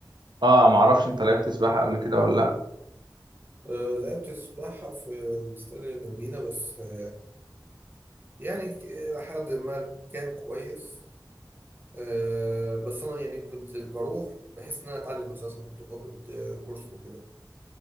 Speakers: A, on the right; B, on the right.
A: آه معرفش أنت لعبت سباحة قبل كده ولا لأ
B: آه، لعبت السباحة في الاستاد اللي جنبينا بس آه، يعني ك- إلى حد ما كان كويس آه، بس أنا يعني كنت بروح بحس إن أنا أتعلم أساسا كنت باخد آه، كورس وكده